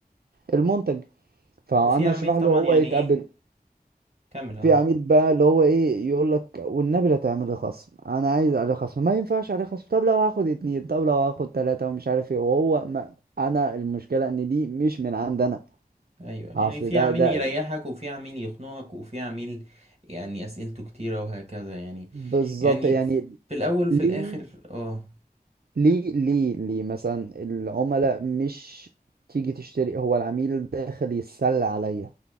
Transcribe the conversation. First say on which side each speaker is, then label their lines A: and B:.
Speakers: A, on the right; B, on the right.
A: المنتج فانا
B: وفي عميل
A: اشرح
B: طبعا
A: له هو
B: يعني
A: يتقبل
B: ايه كمل اه
A: في عميل بقى اللي هو ايه يقول لك والنبي لا تعمل لي خصم انا عايز عليه خصم ما ينفعش عليه خصم طب لو هاخد اتنين طب لو هاخد تلاتة ومش عارف ايه وهو ما انا المشكلة ان دي مش من عند انا
B: ايوه
A: اصل
B: يعني في
A: ده
B: عميل
A: ده
B: يريحك وفي عميل يخنقك وفي عميل يعني اسئلته كتيرة وهكذا يعني
A: بالظبط
B: يعني
A: يعني
B: في الاول وفي
A: ليه
B: الاخر اه
A: ليه ليه ليه مثلا العملاء مش تيجي تشتري هو العميل داخل يتسلى عليا